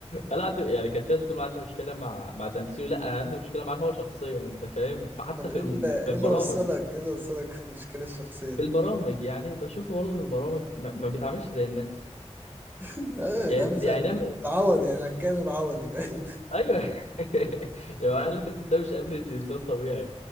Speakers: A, on the left; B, on the right.
A: انا عندي يعني كانت في ناس بتقول ما عندي مشكله مع مع تمثيله لا انا عندي مشكله معاه هو شخصيا انت فاهم حتى
B: طب
A: في
B: ايه
A: الم...
B: اللي
A: في
B: ايه
A: البرامج
B: اللي وصلك ايه اللي وصلك في المشكلة الشخصية دي
A: في البرامج يعني بشوفه برضه في البرامج ما, ما بيتعاملش زي الناس
B: <laughs> اه بيتعامل
A: يعني
B: زي
A: يعني ده م...
B: العوض يعني هكان العوضي فاهم
A: ايوه <laughs> يا معلم ده مش افريج انسان طبيعي